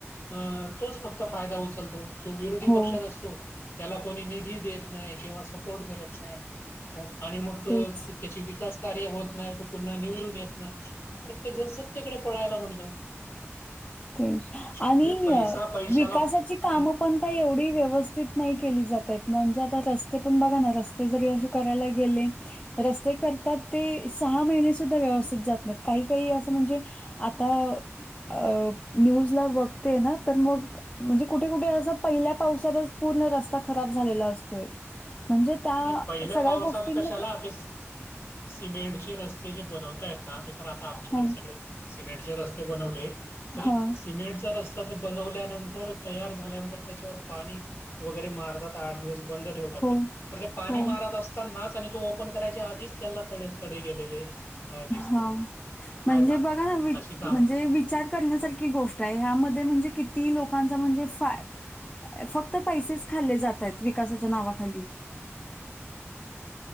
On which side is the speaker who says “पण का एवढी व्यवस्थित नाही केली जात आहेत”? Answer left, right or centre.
Left